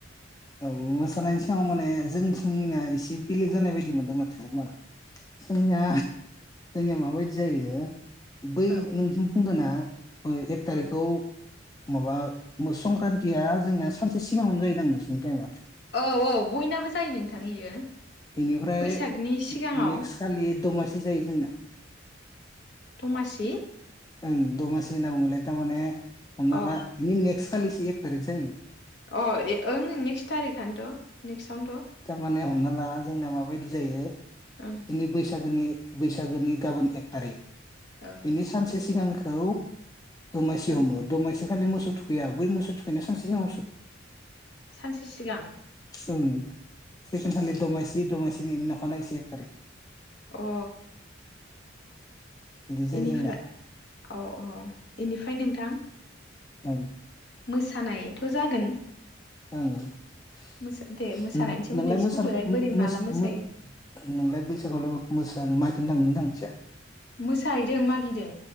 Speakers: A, on the left; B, on the left.
A: औ मोसानायनि सिगां माने जोंथिंनिया एसे बेलेग जानाय बायदि मोनदों माथो मा जोंनिया जोंनिया माबायदि जायो बै
B: औ
A: नोंजों बुंदोना ओ एक थारिखखौ
B: औ
A: माबा मो संक्रान्तिया जोंनिया सानसे सिगाङावनो जायोदां माथो जोंन्थायमा
B: औ औ बयनाबो जायो नोंथां इयो
A: बेनिफ्राय
B: बैसागनि सिगाङाव
A: नेक्स खालि दमासि जायो जोंना
B: दमासि
A: ओं दमासि होनना बुङोलाय थारमाने हमनाला
B: अ
A: इनि नेक्स खालिसो एक थारिख जायो
B: अ ओं नेक्स थारिखआनोथ' नेक्सआवनो थ'
A: थामाने हमना ला जोंना माबायदि जायो
B: ओं
A: जोंनि बैस सागोनि बैसागोनि गाबोन एक टारिक
B: ओं
A: बिनि सानसे सिगां खौ दमासि
B: ओं
A: हमो दमासि बेखालि मोसौ थुखैया बै मोसौ थुखैनाय सानसे उनावसो
B: सानसे सिगां
A: ओं से खोनथानि दमायसि दमायसिनि उनाव अखानायै से तारिख
B: अ
A: बिदि जायो
B: एनिफ्रा
A: जोंना
B: औ अ एनिफ्राय नोंथां
A: ओं
B: मोसानायथ' जागोन
A: <unintelligible>
B: मोसा दे
A: नों
B: मोसानायनि सोमोन्दै एसे बुंदोलाय बोरै माला
A: थांनो
B: मोसायो
A: थांदिया
B: मोसाहैदों मागिदों